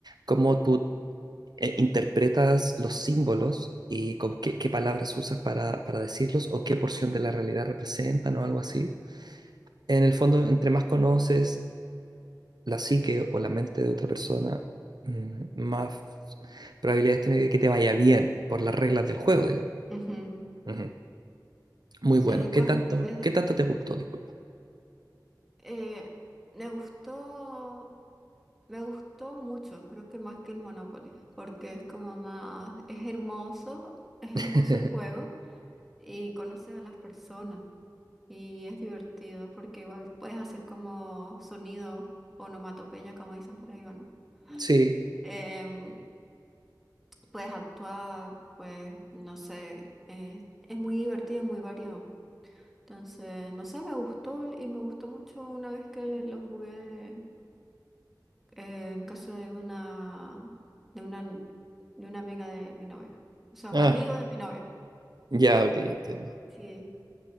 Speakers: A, on the right; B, in the centre.
A: cómo tú eh, interpretas los símbolos y con qué, qué palabras usas para, para decirlos o qué porción de la realidad representan o algo así. En el fondo, entre más conoces la psique o la mente de otra persona, mm, más probabilidades tiene de que te vaya bien por las reglas del juego, digamos.
B: ujú.
A: Ujú. Muy bueno.
B: Desde
A: ¿Qué
B: cuándo
A: tanto,
B: desde,
A: qué tanto te gustó? Disculpa.
B: eh, me gustó, me gustó mucho, creo que más que el Monopoly, porque es como más, es hermoso, es hermoso
A: <laughs>
B: el juego. y conoces a las personas y es divertido porque igual puedes hacer como sonido, onomatopeya, como dicen por ahí, ¿o no? <gasps>
A: Sí.
B: Em, puedes actuar, pues no sé, eh, es muy divertido, muy variado. Entonces, no sé, me gustó y me gustó mucho una vez que lo jugué eh, en casa de una, de una, de una amiga de mi novio. O sea,
A: Ah,
B: un amigo de mi novio.
A: ya, ok, entiendo.
B: Sí.